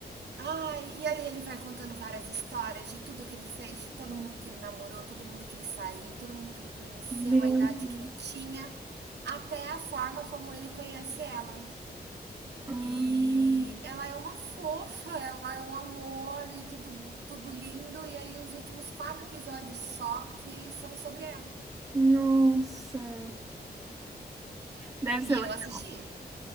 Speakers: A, on the right; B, on the right.
A: Ai, e aí ele vai contando várias histórias de tudo que ele fez, de todo mundo que ele namorou, todo mundo que ele saiu, todo mundo que ele conheceu,
B: Meu
A: a idade
B: Deus.
A: que ele tinha, até a forma como ele conhece ela.
B: Ah,
A: E ela é uma fofa, ela é um amor e tudo, tudo lindo. E aí os últimos quatro episódios só que são sobre ela.
B: nossa. Deve ser
A: E eu
B: legal.
A: assisti.